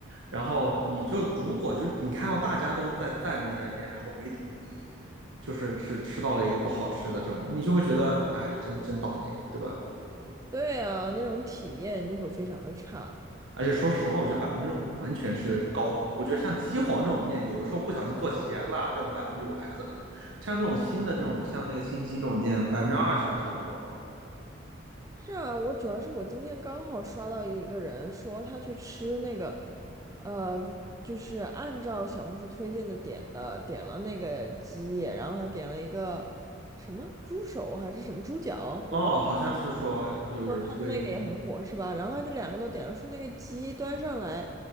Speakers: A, on the right; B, on the right.
A: 然后你就如果就是你看到大家都在赞这家店，然后唯独你就是是吃到了一个不好吃的这种，你就会觉得哎，真真倒霉，对吧？
B: 对啊，那种体验就会非常的差。
A: 而且说实话，我觉得百分之五完全是高估。我觉得像鸡皇这种店，有的时候不小心做咸了，这种百分之五还可能；像这种新的这种，像那个清溪这种店，百分之二十还差不多吧。
B: 是啊，我主要是我今天刚好刷到一个人说他去吃那个，呃，就是按照小红书推荐的点的，点了那个鸡，然后还点了一个什么猪手还是什么猪脚，我忘。
A: 哦，好像是说有人推，
B: 说他们那个也很火是吧？然后他就两个都点了，说那个鸡端上来，